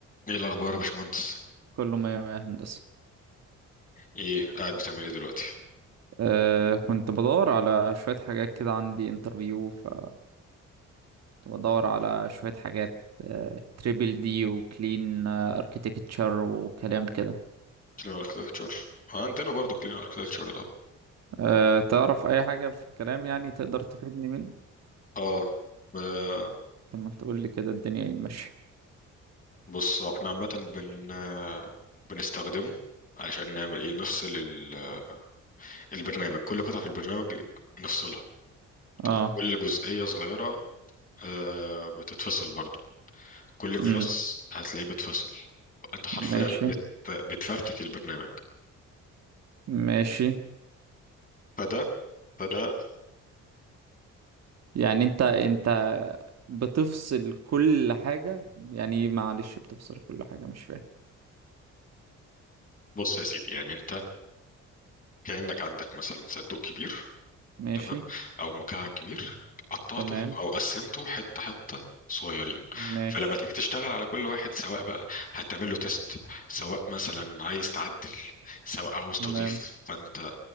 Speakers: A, on the left (about 25°); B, on the right (about 60°).
A: ايه الاخبار يا باشمهندس
B: كله مية مية هندسة
A: ايه قاعد بتعمل ايه دلوقتي
B: أه كنت بدور على شوية حاجات كده عندي انترفيو ف كنت بدور على شوية حاجات تريبل دي وكلين اركيتكتشر وكلام كده
A: كلين اركتكتشر عندنا برضو كلين اركتكتشر ده
B: أه تعرف أي حاجة في الكلام يعني تقدر تفيدني منه
A: اه آه،
B: طب ما تقول لي كده الدنيا ايه ماشية
A: بص احنا عامه بن آه، بنستخدمه علشان نعمل ايه نفصل ال- آه، البرنامج كل قطعه في البرنامج نفصلها تمام
B: اه
A: كل جزئيه صغيره آه، بتتفصل برضو كل كلاس
B: امم
A: هتلاقيه بتفصل انت حرفيا
B: ماشي
A: بت... بتفرتك البرنامج
B: ماشي
A: فده فده
B: يعني انت انت بتفصل كل حاجة يعني إيه معلش بتفصل كل حاجة مش فاهم
A: بص يا سيدي يعني انت كأنك عندك مثلا صندوق كبير
B: ماشي
A: تمام او مكعب كبير قطعته
B: تمام
A: او قسمته حته حته صغيرين
B: ماشي
A: فلما تيجي تشتغل على كل واحد سواء بقى هتعمل له تيست سواء مثلا عايز تعدل سواء عاوز تضيف
B: تمام
A: فانت